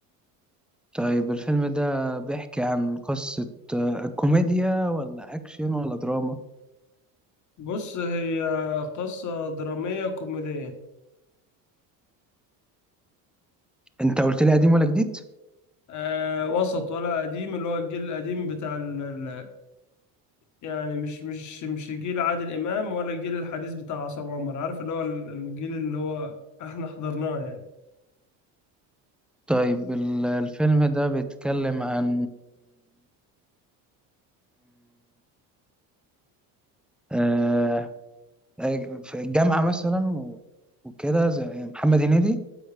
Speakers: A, in the centre; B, on the left.
A: طيب الفيلم ده بيحكي عن قصة آه، كوميديا ولا أكشن ولا دراما؟
B: بص هي قصة درامية كوميدية
A: أنت قلت لي قديم ولا جديد؟
B: آه وسط ولا قديم اللي هو الجيل القديم بتاع ال ال- يعني مش مش مش جيل عادل إمام ولا الجيل الحديث بتاع عصام عمر عارف اللي هو ال- الجيل اللي هو احنا حضرناه يعني
A: طيب ال- الفيلم ده بيتكلم عن آه، آه، في الجامعة مثلا و- وكده زي محمد هنيدي